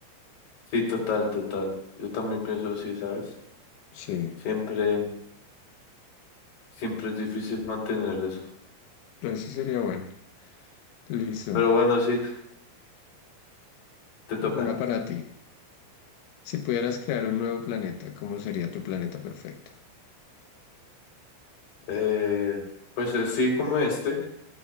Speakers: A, on the left; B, on the left.
A: sí, total, total. Yo también pienso así, ¿sabes?
B: Sí,
A: Siempre, siempre es difícil mantener eso.
B: ese sería bueno. Listo,
A: Pero bueno, sí, te toca.
B: una para ti. Si pudieras crear un nuevo planeta, ¿cómo sería tu planeta perfecto?
A: Eh, pues eh, sí, como este.